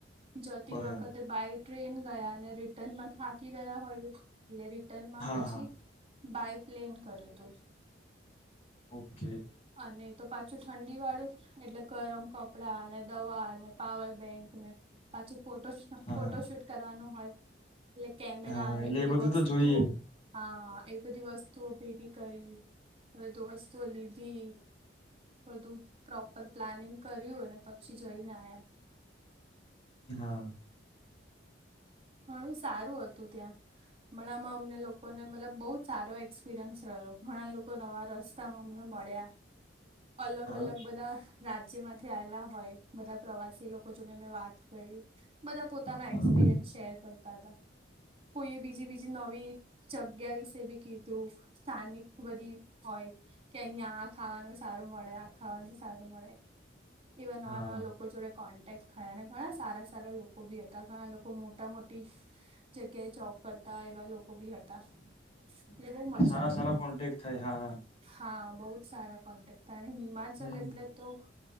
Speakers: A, on the right; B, on the left.
A: જતી
B: બરાબર
A: વખતે બાય ટ્રેન ગયા અને રિટર્નમાં. થાકી ગયા હોય એટલે રિટર્ન માં
B: હા
A: પછી
B: હા
A: બાય. એસપ્લેન કર્યો હત.
B: ઓકે.
A: અને તો પાછું ઠંડી વાળું એટલે ગરમ કપડા દવા અને પાવર બેંક ને પાછી ફોટો
B: હા
A: ફોટો શૂટ કરવાનું હોય. એટલે કેમેરા
B: હા
A: અને
B: એટલે
A: બધી
B: એ બધું
A: વસ્તુઓ
B: તો જોઈએ
A: હા એ. બધી વસ્તુઓ ભેગી કરી બધી વસ્તુઓ લીધી. બધું પ્રોપર પ્લાનિંગ કર્યું અને પછી જઈને આ્યા.
B: હા.
A: ઘણું સારું હતું ત્યાં પણણા આમાં અમને લોકો ને મતલબ બહુ જ સારો એક્સપિરયન્સ રહ્યો ઘણા લોકો લોકો નવા રસ્તામાં અમને મળ્યા અલગ
B: હા
A: અલગ બધા રાજ્ય માંથી આવેલા હોય બધા પ્રવાસી લોકો જોને મેં વાત કરી બધા પોતાના
B: હા
A: એક્સપિરિયન્સ શેર કરતા હતા કોઈ એ બીજી બીજી નવી જગ્યા વિશે બી કીધું સ્થાનિક બધી હોય કે અહિયાં આ ખાવાનું સારું મળે આ ખાવાનું સારું મળે એવા નવા
B: હા
A: નવા લોકો જોડે કોન્ટેક થયા ઘણા સારા સારા લોકો બી હતા ઘણા લોકો મોટા મોટી જગ્યાએ જોબ કરતા એવા લોકો બી હતા એટલે બહ મજા
B: સારા સારા
A: આ.
B: કોન્ટેક થાય હા
A: હા બહુ જ સારા કોન્ટેક્ટ હતા અને હિમાચલ
B: હમ
A: એટલે તો